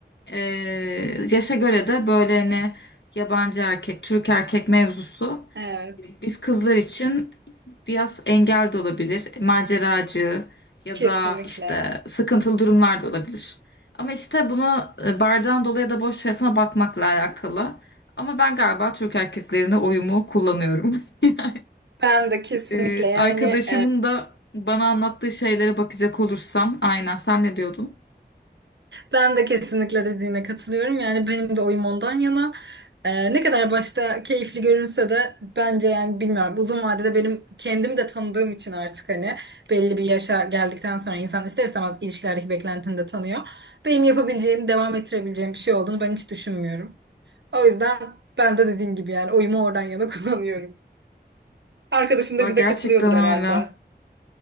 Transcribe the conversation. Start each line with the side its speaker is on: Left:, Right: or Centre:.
Left: e, yaşa göre de böyle hani yabancı erkek, Türk erkek mevzusu
Right: Evet.
Left: biz kızlar için biraz engel de olabilir. Maceracı ya
Right: Kesinlikle.
Left: da işte sıkıntılı durumlar da olabilir. Ama işte bunu e, bardağın dolu ya da boş tarafına bakmakla alakalı. Ama ben galiba Türk erkeklerine oyumu kullanıyorum. <laughs>
Right: Ben de kesinlikle
Left: E,
Right: yani
Left: arkadaşımın da bana anlattığı şeylere bakacak olursam aynen sen ne diyordun?
Right: Ben de kesinlikle dediğine katılıyorum. Yani benim de oyum ondan yana. Ee, ne kadar başta keyifli görünse de bence yani bilmiyorum uzun vadede benim kendim de tanıdığım için artık hani belli bir yaşa geldikten sonra insan ister istemez ilişkilerdeki beklentini de tanıyor. Benim yapabileceğim, devam ettirebileceğim bir şey olduğunu ben hiç düşünmüyorum. O yüzden ben de dediğin gibi yani oyumu oradan yana <laughs> kullanıyorum. Arkadaşın
Left: Va
Right: da
Left: gerçekten
Right: bize katılıyordur herhalde.
Left: öyle.